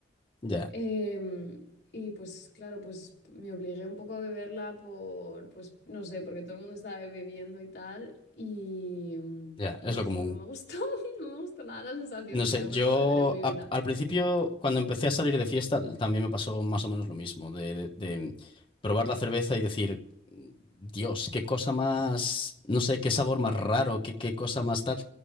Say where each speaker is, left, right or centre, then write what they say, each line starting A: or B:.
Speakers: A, on the left (about 30°); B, on the left (about 70°).
A: Ya,
B: Em, y pues claro, pues me obligué un poco a beberla por, pues no sé, porque todo el mundo estaba bebiendo y tal. Y, em,
A: ya,
B: y
A: es
B: no,
A: lo
B: jo,
A: común.
B: no me gustó, <laughs> no me gustó nada la sensación,
A: No
B: no
A: sé,
B: la he vuelto
A: yo
B: a beber en mi
A: a-
B: vida.
A: al principio, cuando empecé a salir de fiesta, también me pasó más o menos lo mismo, de, de probar la cerveza y decir, Dios, qué cosa más, no sé, qué sabor más raro, qué, qué cosa más tal.